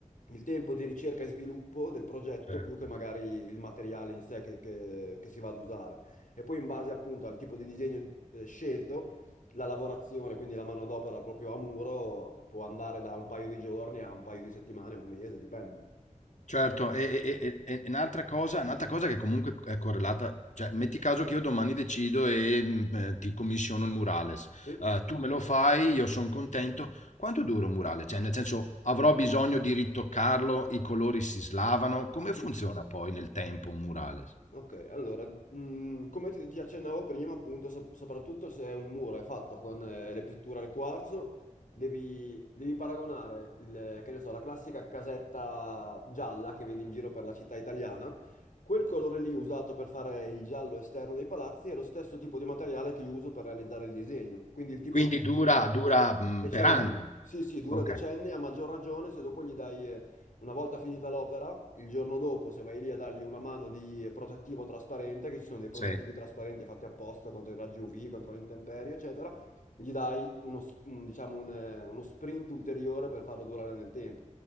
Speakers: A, on the left; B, on the left.
A: il tempo di ricerca e sviluppo del progetto
B: certo.
A: più che magari il materiale in sé che, che- che si va ad usare. E poi in base appunto al tipo di disegno eh, scelto, la lavorazione, quindi la manodopera proprio a muro, può andare da un paio di giorni a un paio di settimane, un mese, dipende.
B: Certo, e, e- e- e un'altra cosa, un'altra cosa che comunque è correlata, cioè metti caso che io domani decido e mm, eh, ti commissiono il murales,
A: Sì?
B: Eh, tu me lo fai, io sono contento, quanto dura un murale? Cioè nel senso avrò bisogno di ritoccarlo, i colori si slavano, come
A: Mhm.
B: funziona poi nel tempo un murales?
A: Ok, allora, mh, come ti, ti accennavo prima, appunto, so- soprattutto se un muro è fatto con eh, le pitture al quarzo, devi, devi paragonare, il- che ne so, la classica casetta gialla che vedi in giro per la città italiana, quel colore lì usato per fare il giallo esterno dei palazzi è lo stesso tipo di materiale che io uso per realizzare il disegno, quindi il tipo
B: Quindi
A: di...
B: dura,
A: di-
B: dura, mm,
A: Decenni,
B: per anni.
A: sì sì, dura
B: Ok,
A: decenni, a maggior ragione se dopo gli dai... eh, una volta finita l'opera, il giorno dopo, se vai lì a dargli una mano di protettivo trasparente, che ci sono dei protettivi
B: sì,
A: trasparenti fatti apposta contro i raggi UV, contro le intemperie, eccetera, gli dai uno, s- un- diciamo un, eh, uno sprint ulteriore per farlo durare nel tempo.